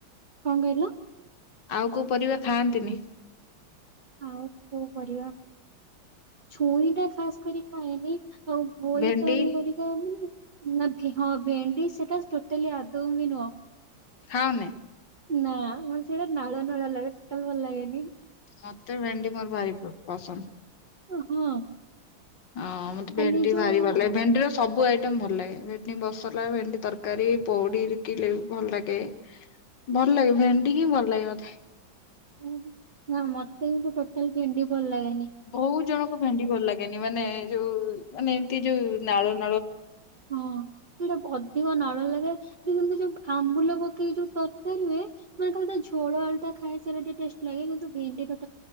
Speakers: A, on the right; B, on the left.
A: କଁ କହିଲ?
B: ଆଉ କୋଉ ପରିବା ଖାଆନ୍ତିନି?
A: ଆଉ କୋଉ ପରିବା ଛୁଇଁ ଟା ଖାସ୍ କରି ଖାଏନି ଆଉ ବୋଇତାଳୁ
B: ଭେଣ୍ଡି
A: ଘରିକା ମୁଁ ନା ହଁ ଭେଣ୍ଡି ସେଟା ଟୋଟାଲି ଆଦୌ ବି ନୁହଁ
B: ଖାଅନି?
A: ନା ମ ସେଇଟା ନାଳୁଆ ନାଳୁଆ ଲାଗେ ଟୋଟଲ ଭଲ ଲାଗେନି।
B: ମତେ ଭେଣ୍ଡି ମୋର ଭାରି ପ ପସନ୍ଦ।
A: ଓ ହଁ।
B: ହଁ ମତେ
A: ଖାଲି
B: ଭେଣ୍ଡି
A: ଯୋଉ
B: ଭାରି ଭଲ ଲାଗେ। ଭେଣ୍ଡିର ସ୍ ସବୁ ଆଇଟମ ଭଲ ଲାଗେ। ଭେଣ୍ଡି ମସଲା ଭେଣ୍ଡି ତରକାରୀ। ପୋଡିିକିରି ଭଲ ଲାଗେ ଭଲ ଲାଗେ ଭେଣ୍ଡି ହିଁ ଭଲ ଲାଗେ ମତେ।
A: ଉ ନା ମତେ ହିଁ ଟୋଟାଲ ଭେଣ୍ଡି ଭଲ ଲାଗେ
B: ବହୁତ ଜଣଙ୍କୁ ଭେଣ୍ଡି ଭଲ ଲାଗେନି ମାନେ ଯୋଉ ମାନେ ଏମିତି ଯୋଉ ନାଳୁ
A: ହଁ ସେଇଟା ବ ଅଧିକ ନାଳୁଆ ଲାଗେ କିନ୍ତୁ ଯୁ ଯୋଉ ଆମ୍ବୁଲ ପକେଇକି ଯୋଉ ତରକାରି ହୁଏ। ମାନେ ଖାଲି ତା ଝୋଳ ଆଳୁଟା ଖାଏ। ସେରା ଟିକେ ଟେଷ୍ଟ ଲାଗେ କିନ୍ତୁ ଭେଣ୍ଡି ଟା